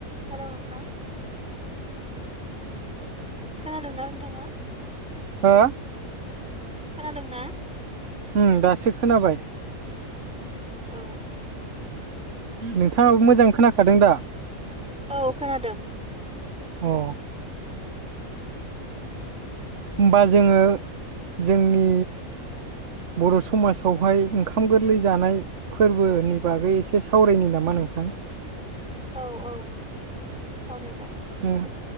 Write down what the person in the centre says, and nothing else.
Hello नोंथां खोनादों ना नोंथांआ
खोनादों ना
औ
औ खोनादों।
औ औ सावराय जागोन